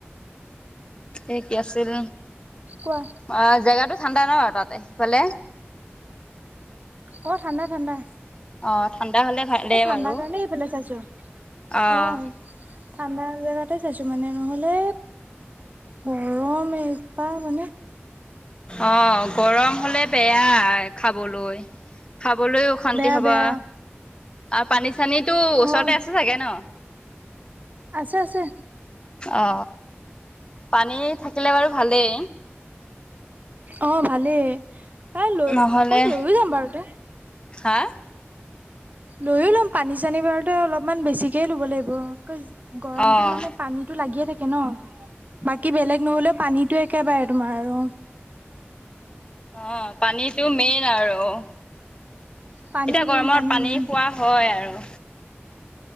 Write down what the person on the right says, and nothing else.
কোৱা
অ ঠাণ্ডা ঠাণ্ডা।
এ ঠাণ্ডাৰ
কাৰণে সেইফালে চাইছো
অ। ঠাণ্ডা জেগাতে চাইছো মানে নহলে গৰম এনেকুৱা মানে
বেয়া
বেয়া
অ',
আছে আছে
অ ভালেই তাই লৈ
আকৌ লৈয়ও যাম বাৰু তে
লৈও ল'ম পানী চানী বাৰুতে অলপমান বেছিকে ল'ব লাগিব গৰমতো
মানে পানীতো লাগিয়ে থাকে ন বাকী বেলেগ নহ'লেও পানী সেটো একেবাৰে তোমাৰ আৰু
পানী মেইন
মেইন